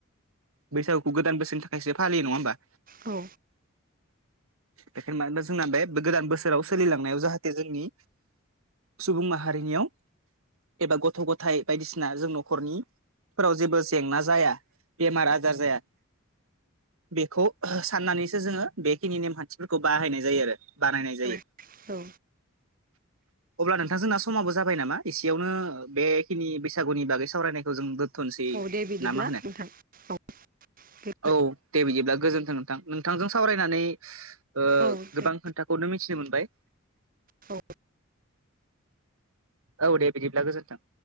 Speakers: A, on the right; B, on the right.
A: बैसागुखौ गोदान बोसोरनि थाखायसो फलियो नङा होमबा।
B: औ
A: बेखायनो मानोना जोंना बे गोदान बोसोराव सोलिलांनायाव जाहाथे जोंनि सुबुं माहारिनियाव एबा गथ' गथाइ बायदिसिना जों न'खरनि फोराव जेबो जेंना जाया बेमार आजार जाया। बेखौ साननानैसो जोङो बेखिनि नेमखान्थिफोरखौ बाहायनाय जायो आरो। बानायनाय जायो।
B: औ औ
A: अब्ला नोंथां जोंना समाबो जाबाय नामा एसेयावनो बेखिनि बैसागुनि बागै सावरायनायखौ जोंबो दोनथनोसै
B: औ दे बिदिब्ला
A: ना मा होनो।
B: नोंथां औ दे
A: औ दे बिदिब्ला गोजोनथों नोंथां नोंथांजों सावरायनानै ओ
B: औ दे
A: गोबां खोथा खौनो मिथिनो मोनबाय।
B: औ
A: औ दे बिदिब्ला गोजोनथों।